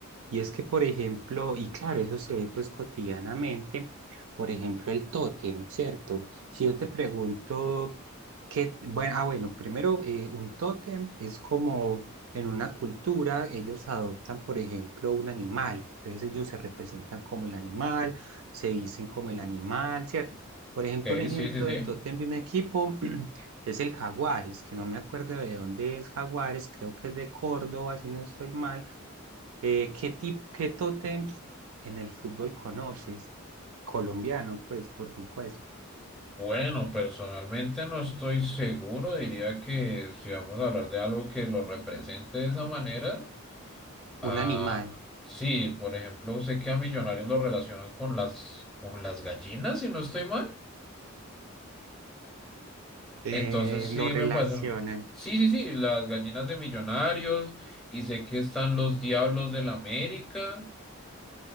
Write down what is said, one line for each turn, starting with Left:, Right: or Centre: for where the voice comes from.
Right: Y es que, por ejemplo, y claro, eso se ve pues cotidianamente, por ejemplo, el tótem, ¿cierto? Si yo te pregunto qué, bueno, ah, bueno, primero, eh, un tótem es como en una cultura, ellos adoptan, por ejemplo, un animal, entonces ellos se representan como el animal se dicen como el animal, ¿cierto? Por ejemplo,
Centre: Ok,
Right: un ejemplo
Centre: sí, sí, sí.
Right: de tótem de un equipo <clears throat> es el Jaguares, que no me acuerdo de dónde es Jaguares, creo que es de Córdoba, si no estoy mal. Eh, ¿qué tipo, qué tótem en el fútbol conoces? Colombiano, pues, por supuesto.
Centre: Bueno, personalmente no estoy seguro, diría que si vamos a hablar de algo que lo represente de esa manera, ah,
Right: Un animal.
Centre: sí, por ejemplo, sé que a millonarios lo relacionan con las con las gallinas, si no estoy mal.
Right: eh,
Centre: Entonces sí
Right: lo relacionan.
Centre: me parece. Sí, sí, sí, las gallinas de Millonarios y sé que están los Diablos del América.